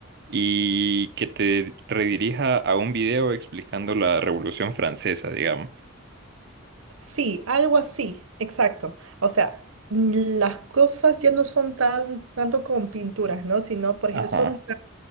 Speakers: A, on the right; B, on the right.
A: y que te redirija a un video explicando la Revolución Francesa, digamos.
B: Sí, algo así, exacto. O sea, mm, las cosas ya no son tan, tanto con pinturas, ¿no? Sino, por
A: Ajá.
B: ejemplo, son